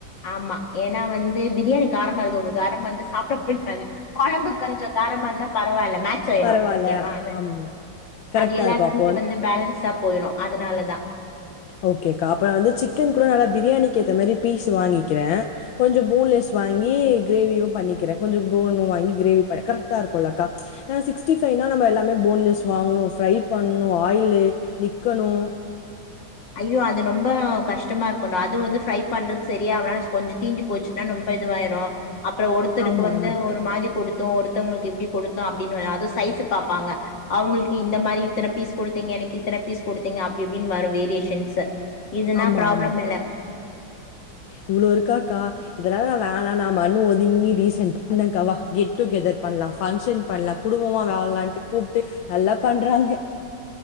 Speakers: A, on the left; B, on the left.
A: ஆம்மா ஏனா வந்து பிரியாணி காரமா இருக்க கு காரமா இந்தா சாப்ட <unintelligible> கொழம்பு கொஞ்ச காரமாருந்தா பரவால்ல மேச் ஆயிரு
B: பரவால்ல.
A: ஓகேவா
B: ஆமா. கரெக்ட்டா
A: அது எல்லா
B: இருக்கும். அப்போ
A: <inaudible> வந்து பேலன்ஸா போயிரு அதுனாலதா
B: ஓகேக்கா அப்ப நா வந்து சிக்கன் கூட நல்லா பிரியாணிக்கு ஏத்த மாரி பீஸ் வாங்கிக்கிறே கொஞ்சோ போன்லெஸ் வாங்கி கிரேவியு பண்ணிக்கிறே கொஞ்சோ போனு வாங்கி கிரேவி ப கரெக்டாருக்குல்லக்கா அ சிக்ஸ்டி ஃப் ஃபைனா நம்ப எல்லாமே போன்லெஸ் வாங்குணு ஃப்ரை பண்ணு ஆயிலு நி கணு
A: ஐயோ அது ரொம்ப கஷ்டமா இருக்குன்டா அது வந்து ஃப்ரை பண்றது சரியாவல கொஞ்சோ தீஞ்சி போச்சுன்னா நொம்ப இதுவாயிரு அப்புற ஒருத்தருக்கு
B: ஆமா,
A: வந்து
B: ஆமா.
A: ஒரு மாரி குடுத்தோ ஒருத்தவங்களுக்கு இப்டி குடுத்தோ அப்டினு அது சைஸ்ஸ பாப்பாங்க அவுங்களுக்கு இந்த மாரி இத்தன பீஸ் குடுத்தீங்க எனக்கு இத்தன பீஸ் குடுத்தீங்க அப்டி இப்டின்னு வரு வேரியே ஷன்ஸ் இதுனா
B: ஆமா,
A: ப்ராப்ளம்
B: ஆமா.
A: இல்ல
B: இவ்ளோ இருக்காக்கா இதெல்லா நா வேணா நா மனு ஒதுங்கி டீசென்ட்டா இருந்தேங்க்கா வா கெட் டு கெதர் பண்லா ஃபங்க்ஷன் பண்லா குடும்பமா வாழலான்ட்டு கூப்ட்டு நல்லா பண்றாங்க